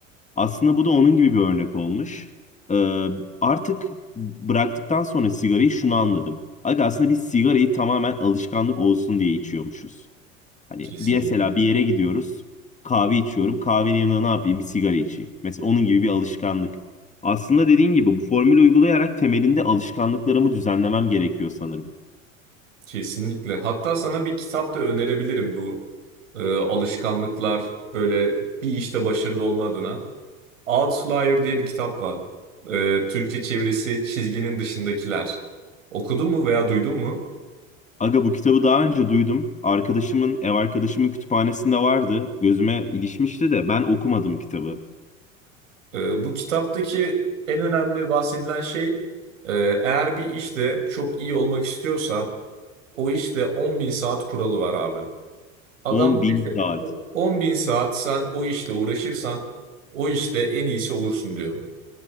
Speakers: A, on the left (about 20°); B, on the right (about 70°).
A: Aslında bu da onun gibi bir örnek olmuş. Ee, artık bıraktıktan sonra sigarayı şunu anladım. Aga aslında biz sigarayı tamamen alışkanlık olsun diye içiyormuşuz. Hani
B: Kesinlikle.
A: bir mesela bir yere gidiyoruz, kahve içiyorum. Kahvenin yanına ne yapayım? Bir sigara içeyim. Mesela onun gibi bir alışkanlık. Aslında dediğin gibi bu formülü uygulayarak temelinde alışkanlıklarımı düzenlemem gerekiyor sanırım.
B: Kesinlikle. Hatta sana bir kitap da önerebilirim bu e, alışkanlıklar böyle bir işte başarılı olma adına. Outlier diye bir kitap var. E, Türkçe çevirisi Çizginin Dışındakiler. Okudun mu veya duydun mu?
A: Aga bu kitabı daha önce duydum. Arkadaşımın, ev arkadaşımın kütüphanesinde vardı. Gözüme ilişmişti de ben okumadım kitabı.
B: E, bu kitaptaki en önemli bahsedilen şey e, eğer bir işte çok iyi olmak istiyorsan o işte on bin saat kuralı var abi. Adam
A: 10
B: diyor
A: bin
B: ki
A: saat.
B: 10 bin saat sen o işle uğraşırsan o işte en iyisi olursun diyor.